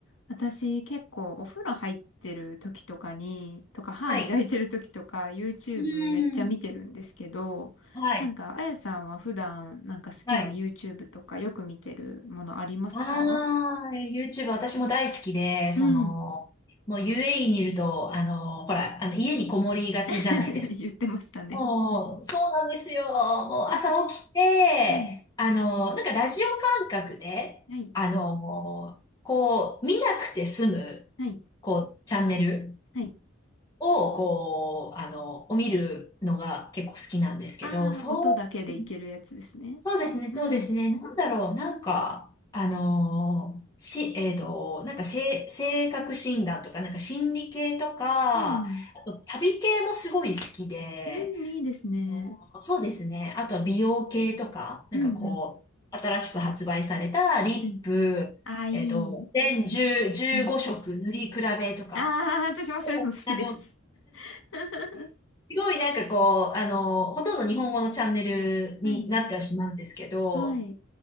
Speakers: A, on the left (about 75°); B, on the left (about 20°).
A: 私結構お風呂入ってる時とかに、とか歯磨いてる時とか
B: はい。
A: YouTube
B: うーん。
A: めっちゃ見てるんですけど、
B: はい。
A: なんかあやさんは普段なんか好きな
B: はい。
A: YouTube とかよく見てるものありますか
B: ああ、YouTube 私も大好きで、その、
A: うん。
B: もう UAE にいると、あの、ほら、あの、家にこもりがちじゃないですか。
A: <laughs> 言ってましたね。
B: もう、そうなんですよ。もう朝起きて、
A: <laughs> うん。
B: あの、なんかラジオ感覚で、
A: はい。
B: あの、こう、見なくて済む、
A: はい。
B: こう、チャンネル
A: はい。
B: を、こう、あの、を見るのが結構好きなんですけど、
A: ああ、
B: そう、
A: 音だけでいけるやつですね。
B: そうですね、そうですね。
A: うん。
B: なんだろう、なんか、あのーし、えっと、なんか、性、性格診断とか、なんか心理系とか、
A: うん。
B: あと旅系もすごい好きで、
A: うん、いいですね。
B: あのそうですね。あとは美容系とか、なんかこう、
A: うん、うん。
B: 新しく発売されたリップ、
A: うん。ああ、いい。
B: えっと、全10、15色塗り比べとか、
A: うん。ああ、私もそういうの好きです。
B: あの、<laughs>
A: <laughs>
B: すごいなんかこう、あの、ほとんど日本語のチャンネルになってはしまうんですけど、
A: はい、はい、